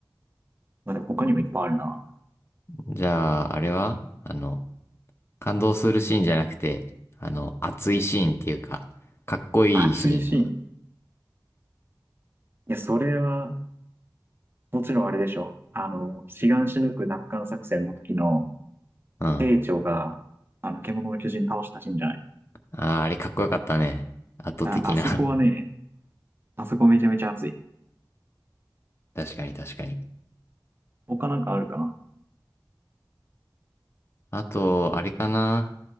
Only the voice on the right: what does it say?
まあでも他にもいっぱいあるな。
うん。
熱いシーン。いや、それは、もちろんあれでしょ。あの、シガンシヌク奪還作戦の時の、
兵長が、あの、獣の巨人倒したシーンじゃない。
あ、あそこはね、あそこめちゃめちゃ熱い。
他なんかあるかな